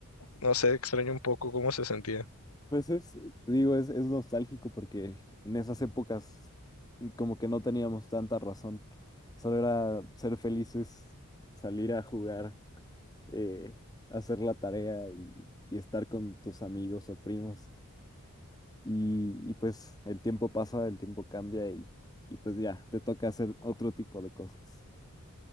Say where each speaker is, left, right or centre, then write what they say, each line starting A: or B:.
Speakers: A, on the left (about 80°); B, on the left (about 15°).
A: no sé, extraño un poco cómo se sentía.
B: Pues es, te digo, es, es nostálgico porque en esas épocas mm, como que no teníamos tanta razón, solo era ser felices, salir a jugar, eh, hacer la tarea y, y estar con tus amigos o primos. Y, y pues el tiempo pasa, el tiempo cambia y, y pues ya, te toca hacer otro tipo de cosas.